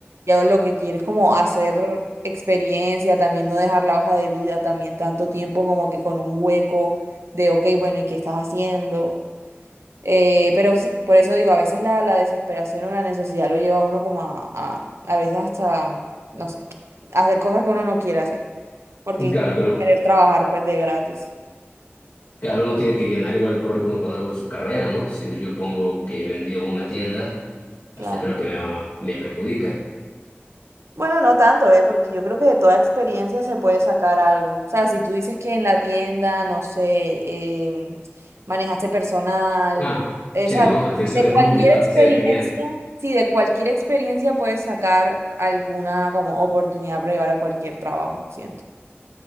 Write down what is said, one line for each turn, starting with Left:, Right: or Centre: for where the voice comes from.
Right: Ya lo que quiero es como hacer experiencia, también no dejar la hoja de vida, también tanto tiempo como que con un hueco de, ok, bueno, ¿y qué estás haciendo? Eh, pero sí, por eso digo, a veces la, la desesperación o la necesidad lo lleva a uno como a, a, a veces hasta, no sé, hacer cosas que uno no quiere hacer, porque
Left: Claro, pero
Right: querer trabajar pues de gratis.
Left: Cada uno tiene que llenar igual el currículum con algo de su carrera, ¿no? Si yo pongo que he vendido una tienda, hasta
Right: Claro.
Left: creo que me, me perjudica.
Right: Bueno, no tanto, ¿eh? Porque yo creo que de toda experiencia se puede sacar algo. O sea, si tú dices que en la tienda, no sé, em, manejaste personal,
Left: Ah,
Right: esa,
Left: sí, ¿no? Atención
Right: de
Left: al
Right: cualquier
Left: público,
Right: experiencia,
Left: atención al cliente.
Right: sí, de cualquier experiencia puedes sacar alguna como oportunidad para llevar a cualquier trabajo, siento.